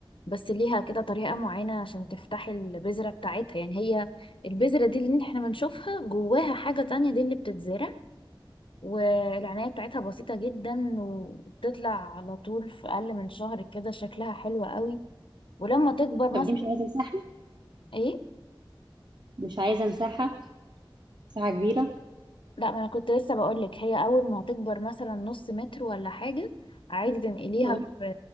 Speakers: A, on the left (about 75°); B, on the right (about 55°).
A: بس ليها كده طريقة معينة عشان تفتحي البذرة بتاعتها يعني هي البذرة دي اللي احنا بنشوفها جواها حاجة تانية دي اللي بتتزرع والعناية بتاعتها بسيطة جدا وبتطلع على طول في أقل من شهر كده شكلها حلو قوي ولما تكبر
B: طب
A: مثلا
B: دي مش عايزة مساحة
A: ايه
B: مش عايزة مساحة مساحة كبيرة
A: لا ما انا كنت لسه بقولك هي اول ما هتكبر مثلا نص متر ولا حاجة عادي تنقليها
B: تمام
A: في